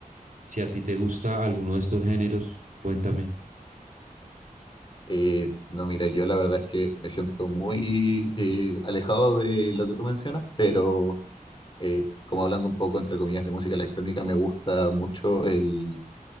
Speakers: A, on the right; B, on the left.
A: si a ti te gusta alguno de estos géneros, cuéntame.
B: Eh, no, mira, yo la verdad es que me siento muy eh, alejado de lo que tú mencionas, pero eh, como hablando un poco entre comillas de música electrónica, me gusta mucho el,